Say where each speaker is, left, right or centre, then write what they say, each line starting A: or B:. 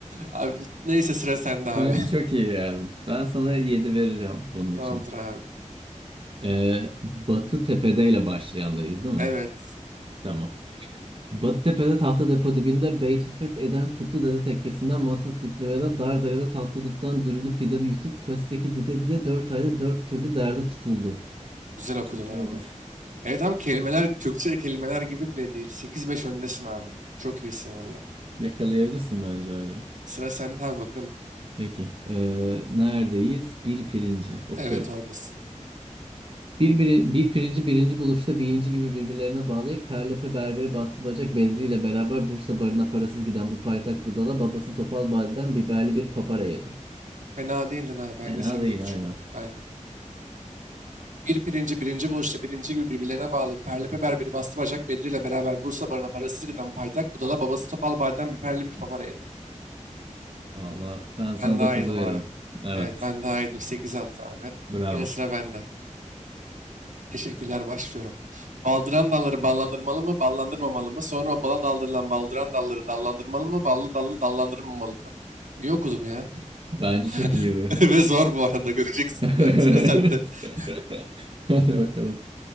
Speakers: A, on the right (about 75°); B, on the right (about 45°).
A: Abi neyse sıra sende abi.
B: Bence çok iyi geldim. Ben sana 7 vereceğim
A: <laughs>
B: bunun
A: Tamamdır
B: için.
A: abi.
B: Ee, Batı Tepe'deyle başlayandayız değil
A: Evet.
B: mi? Tamam. Batıtepe'de tahta depo dibinde Beytufet eden Putlu Dede tekkesinden Matrut Bitlive'de Dardere'de tatlı duttan dürülü pide yutup pösteki dide dide 4 ayda 4 türlü derde tutuldu.
A: Güzel okudun
B: Çok zormuş.
A: abi. Evet abi kelimeler Türkçe kelimeler gibi bile değil. sekiz beş öndesin abi. Çok iyisin valla.
B: Yakalayabilirsin bence hala.
A: Sıra sende abi bakalım.
B: Peki. Ee, neredeyiz? Bir pirinci. Okuyorum.
A: Evet oradasın.
B: Bir, bir, bir pirinci birinci buluşta birinci gibi birbirlerine bağlayıp Perlepe Berberi Bastı Bacak Bedri ile beraber Bursa barına parasız giden bu paytak budala babası Topal Badi'den biberli bir papara yedi.
A: Fena değildin abi. Bence
B: Fena
A: sekiz
B: değil
A: buçuk
B: aynen.
A: Aynen. Bir pirinci birinci buluşta birinci gibi birbirlerine bağlayıp perlepeber bir bastı bacak Bedri ile beraber Bursa barına parasız giden paytak budala babası Topal Bay'dan bir perli bir papara yedi.
B: Valla ben sana
A: Ben daha
B: 9
A: yedim
B: veririm.
A: abi.
B: Evet.
A: Evet ben daha yedim sekiz altı abi.
B: Bravo.
A: Yine sıra bende. Teşekkürler başlıyorum. Baldıran dalları ballandırmalı mı ballandırmamalı mı? Sonra o bala daldırılan baldıran dalları dallandırmalı mı ballı dallı dallandırmamalı mı? İyi okudum ya.
B: Bence çok
A: <laughs>
B: iyiydi. <laughs>
A: Ve zor bu arada göreceksin. Evet,
B: Evet.
A: sıra sende. <laughs>
B: <laughs> Hadi bakalım.